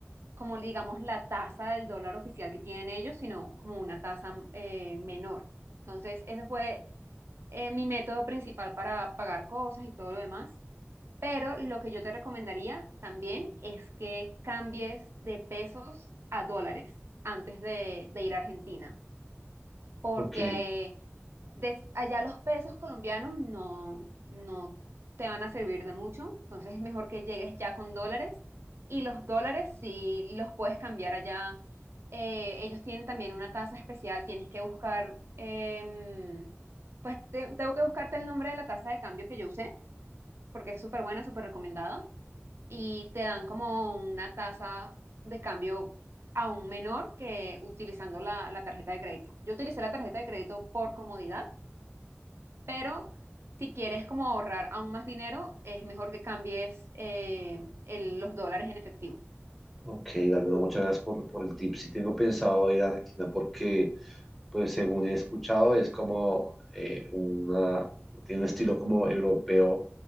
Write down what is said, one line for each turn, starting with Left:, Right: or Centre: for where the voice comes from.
Right: como digamos la tasa del dólar oficial que tienen ellos, sino como una tasa mm, eh, menor. Entonces, ese fue eh, mi método principal para pagar cosas y todo lo demás. Pero lo que yo te recomendaría también es que cambies de pesos a dólares antes de, de ir a Argentina, porque
Centre: Ok,
Right: eh, des- allá los pesos colombianos no, no te van a servir de mucho, entonces es mejor que llegues ya con dólares y los dólares si los puedes cambiar allá. eh, ellos tienen también una tasa especial, tienes que buscar, em, pues te- tengo que buscarte el nombre de la tasa de cambio que yo usé, porque es súper buena, súper recomendada, y te dan como una tasa de cambio aún menor que utilizando la la tarjeta de crédito. Yo utilicé la tarjeta de crédito por comodidad pero si quieres como ahorrar aún más dinero, es mejor que cambies eh, el- los dólares en efectivo.
Centre: Ok, Galindo, muchas gracias por, por el tip. Sí tengo pensado ir a Argentina porque, pues según he escuchado, es como eh, una, tiene un estilo como europeo